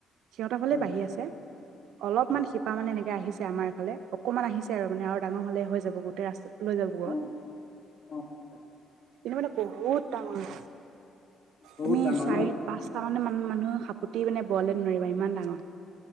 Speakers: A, on the right; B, on the left.
A: সিহঁতৰ ফালে
B: হয়
A: বাঢ়ি
B: হয়
A: আছে। অলপমান
B: হয়
A: শিপা মানে এনেকে আহিছে আমাৰ এফালে, অকণমান আহিছে আৰু মানে আৰু ডাঙৰ হলে হৈ যাব গোটেই ৰাস্তা লৈ যাব।
B: অ অ হয়
A: কিন্তু মানে বহুত ডাঙৰ।
B: বহুত
A: তুমি
B: ডাঙৰ
A: চাৰি-পাঁচটা
B: ন
A: মানে মান মানুহ সাপুতি মানে বোৱলে নোৱাৰিবা ইমান ডাঙৰ।